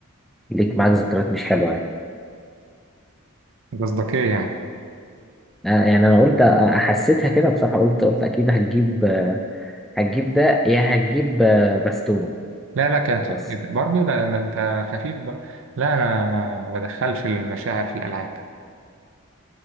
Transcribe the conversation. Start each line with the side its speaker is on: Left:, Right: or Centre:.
Centre: ليك معاك ذكريات مش حلوة يعني.
Right: مصداقيه يعني
Centre: آه، يعني انا قلت حسيتها كده بصراحة قلت قلت اكيد هتجيب هتجيب ده يا هتجيب باستوني
Right: لا لا كانت
Centre: بس
Right: برضه ده ده انت خفيف بقى لا انا ما ما بدخلش المشاعر في الالعاب